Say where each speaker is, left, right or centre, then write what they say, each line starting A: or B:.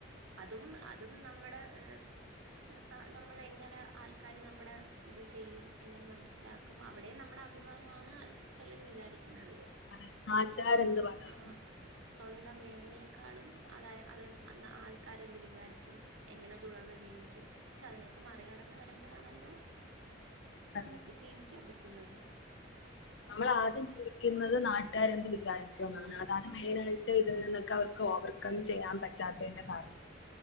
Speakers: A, on the right; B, on the left.
A: അതും അതും നമ്മുടെ ഏഹ് സ നമ്മളെങ്ങനെ ആൾക്കാരെ നമ്മടെ ഇത് ചെയ്യും എങ്ങനെ മനസ്സിലാ ക്കും അവിടെയും നമ്മടെ അഭിമാനമാണ് ആഹ് ചെലര് വിചാരിക്കുന്നത്.
B: അതെ നാട്ടുകാരെന്ത്
A: സ്വ
B: പറയും
A: ആഹ് സ്വന്തം വേദനയെക്കാളും അതായെ അത് അന്ന് ആൾക്കാർ എന്ത് വിചാരിക്കും എങ്ങനെ തുടർന്ന് ജീവിക്കും പക്ഷെ അതിനെയൊക്കെ മറികടന്ന് വരുമ്പഴാണല്ലോ
B: അതെ
A: നമുക്ക് ജീവിക്കാൻ പറ്റുന്നത്.
B: നമ്മളാദ്യം ചിന്തിക്കുന്നത് നാട്ടാര് എന്ത് വിചാരിക്കുമെന്നാണ്
A: ഉം
B: അതാണ് ത് മെയ്നായിട്ട് ഇതിൽ നിന്നൊക്കെ അവർക്ക് ഓവർകം ചെയ്യാൻ പറ്റാത്തേന്റെ കാരണം.